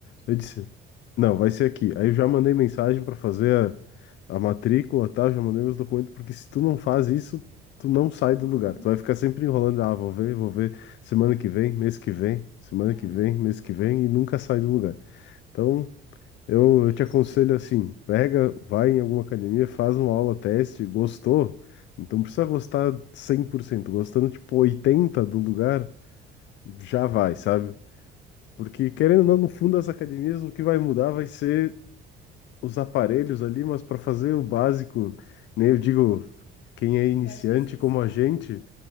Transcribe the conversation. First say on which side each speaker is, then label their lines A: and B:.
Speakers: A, on the left; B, on the left.
A: Eu disse, não, vai ser aqui. Aí eu já mandei mensagem para fazer a, a matrícula, tá? Já mandei meus documentos, porque se tu não faz isso, tu não sai
B: uhum.
A: do lugar. Tu vai ficar sempre enrolando, ah, vou ver, vou ver semana que vem, mês que vem, semana
B: É,
A: que vem, mês que vem, e nunca sai do lugar. Então, eu,
B: é bem
A: eu te
B: isso
A: aconselho
B: mesmo.
A: assim, pega, vai em alguma academia, faz uma aula teste, gostou? Então, precisa gostar 100%. gostando tipo 80 do lugar, já vai,
B: Uhum,
A: sabe?
B: uhum.
A: Porque, querendo ou não, no fundo das academias, o que vai mudar vai ser os aparelhos ali, mas para fazer o básico, né? Eu digo, quem é iniciante
B: Básico essencial?
A: como a gente,